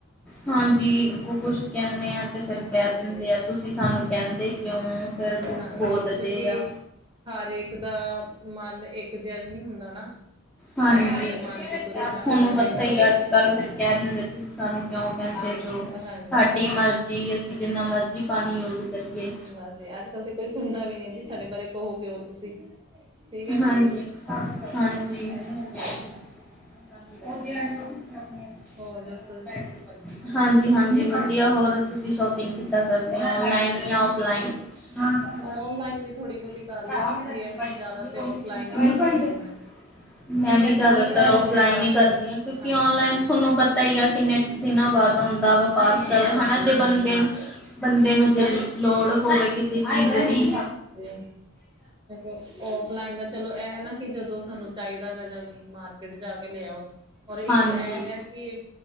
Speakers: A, in the centre; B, on the right (about 20°).
A: ਹਾਂਜੀੱ ਕੁਛ ਕਹਿੰਦੇ ਆਾ ਤੇ ਫਿਰ
B: ਹਾਂਜੀ
A: ਕਹਿ ਦਿੰਦੇ ਆ ਤੁਸੀਂ ਸਾਨੂੰ ਕਹਿੰਦੇ ਕਿਉਂ ਫਿਰ
B: ਹਾਂਜੀ
A: ਬੋਲਦੇ
B: ਕਿਉਂਕਿ
A: ਆ
B: ਹਰ ਇੱਕ ਦਾ ਮਨ ਇੱਕ ਜਿਹਾ ਨਹੀਂ ਹੁੰਦਾ ਨਾ।
A: ਹਾਂਜੀ,
B: ਹਰ ਕਿਸੇ ਦੇ ਮਨ ਚ ਕੁਛ ਨਾ
A: ਤੁਹਾਨੂੰ
B: ਅਲੱਗ
A: ਪਤਾ
B: ਹੁੰਦਾ
A: ਹੀ
B: ਹੈ
A: ਆ ਅੱਜ ਕੱਲ ਫਿਰ ਕਹਿ ਦਿੰਦੇ ਤੁਸੀਂ ਸਾਨੂੰ ਕਿਉਂ ਕਹਿੰਦੇ ਜੋ।
B: ਹਾਂਜੀ
A: ਸਾਡੀ ਮਰਜ਼ੀ ਅਸੀਂ ਜਿੰਨਾ ਮਰਜ਼ੀ। ਪਾਣੀ ਯੂਜ ਕਰੀਏ
B: ਬਸ ਜੀ ਅੱਜ ਕਲ ਤੇ ਕੋਈ ਸੁਣਦਾ ਵੀ ਨਹੀਂ ਜੀ। ਸਾਡੇ ਬਾਰੇ ਕਹੋ ਕਿਉਂ ਤੁਸੀਂ ਠੀਕ ਹੈ ਨਾ
A: ਹਾਂਜੀ
B: ਜੀ।
A: ਹਾਂਜੀ। <unintelligible>
B: ਹੋਰ ਦੱਸੋ ਜੀ
A: ਹਾਂਜੀ ਹਾਂਜੀ ਵਧੀਆ ਹੋਰ ਤੁਸੀਂ ਸ਼ੋਪਿੰਗ ਕਿਦਾਂ ਕਰਦੇ ਹੋ ਆਨਲਾਈਨ ਜਾਂ ਆਫਲਾਈਨ। ਹਾਂ,
B: ਔਨਲਾਈਨ ਵੀ ਥੋੜ੍ਹੀ
A: <unintelligible>
B: ਬਹੁਤੀ ਕਰ ਲਈ ਦੀ ਹੁੰਦੀ ਹੈ ਜ਼ਿਆਦਾ ਤਾਂ ਔਫਲਾਈਨ ਹੀ ਕਰਦੀ ਹਾਂ ਜੀ ਮੈਂ
A: ਮੈਂ ਵੀ ਜ਼ਿਆਦਾਤਰ
B: ਕਿਉਂਕਿ
A: ਔਫਲਾਈਨ ਹੀ ਕਰਦੀ ਹਾਂ ਕਿਉਂਕਿ
B: ਹਾਂਜੀ
A: ਔਨਲਾਈਨ ਤੁਹਾਨੂੰ ਪਤਾ ਹੀ ਆ ਕਿੰਨੇ ਦਿਨਾਂ ਬਾਅਦ ਆਉਂਦਾ ਵਾ ਪਾਰਸਲ
B: ਹਾਂਜੀ
A: ਹਨਾ ਜੇ
B: ਹਾਂਜੀ
A: ਬੰਦੇ ਨੂੰ, ਬੰਦੇ ਨੂੰ ਜੇ ਲੋੜ ਹੋਵੇ ਕਿਸੇ ਚੀਜ਼ ਦੀ।
B: ਉਹ ਆਫਲਾਈਨ ਦਾ ਚਲੋ ਇਹ ਨਾ ਕਿ ਜਦੋਂ ਸਾਨੂੰ ਚਾਹੀਦਾ ਹੈਗਾ ਜਾਂ ਮਾਰਕੀਟ ਜਾ ਕੇ ਲਿਆਓ ਔਰ ਇੱਕ
A: ਹਾਂਜੀ
B: ਇਹ ਹੈਗਾ ਕੇ